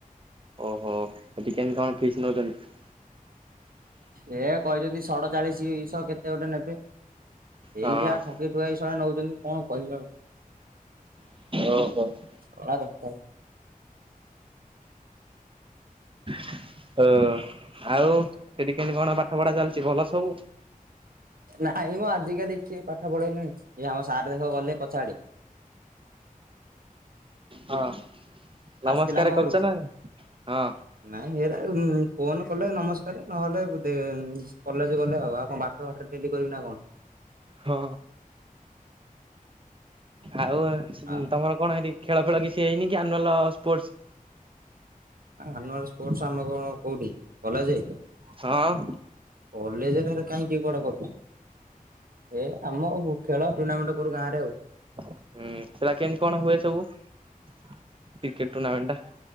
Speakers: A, on the right; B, on the right.
A: ଓହୋ ସେଠିକ କେମିତି କଣ ଫିସ୍ ନେଉଛନ୍ତି?
B: ଏ କହିଛନ୍ତି ସଡ଼ ଚାଳିଶଶହ କେତେ ଗୋଟେ ନେବେ ଏଇ
A: ହଁ
B: ଯାହା ଠକେଇ ଶୁଆଇ ଶଳ ନଉଛନ୍ତି କଣ କହିବା ଆଉ।
A: ଓହୋ <inaudible> ଓ ଆଉ
B: ଆଉ
A: ସେଠିକି କେମିତି କଣ ପାଠ ପଢ଼ା ଚାଲିଛି ଭଲ ସବୁ?
B: ନାଇଁ ମ ଆଜିକାଲି କିଏ ପାଠ ପଢ଼େଇଲାଣି ଇଏ ଆମ ସାର୍ ଦେଖ ଗଲେ ପଛ ଆଡ଼େ।
A: ହଁ ନମସ୍କାର
B: ଆସିଥିଲା ଆମ
A: କରୁଛ
B: ଘରକୁ।
A: ନା ନାଇଁ ହଁ
B: ନାଇଁ ଏରା ଫୋନ କଲେ ନମସ୍କାର ନହେଲେ କଲେଜ୍ ଗଲେ ଆଉ କଣ। ଡେଲି କରିବି ନା କଣ <unintelligible>
A: ହଁ ଆଉ
B: ଆଉ
A: ତମର କଣ ହେଠି ଖେଳ ଫେଳ କିଛି ହେଇନି କି ଆନୁଆଲ୍ ସ୍ପୋର୍ଟସ୍?
B: ଆନୁଆଲ ସ୍ପୋର୍ଟ ଆମେ କଣ କୋଉଠି କଲେଜ୍ ହେ।
A: ହଁ-
B: କଲେଜ୍ ରେ କାଇଁ କିଏ କୁଆଡେ଼ କରୁଛି। ଏ ଆମ ଖେଳ ଟୁର୍ଣ୍ଣାମେଣ୍ଟ କରୁ ଗାଁ ରେ ଆଉ।
A: ହୁଁ ସେଟା କେମିତି କଣ ହୁଏ ସବୁ କ୍ରିକେଟ ଟୁଣାମେଣ୍ଟ ଟା?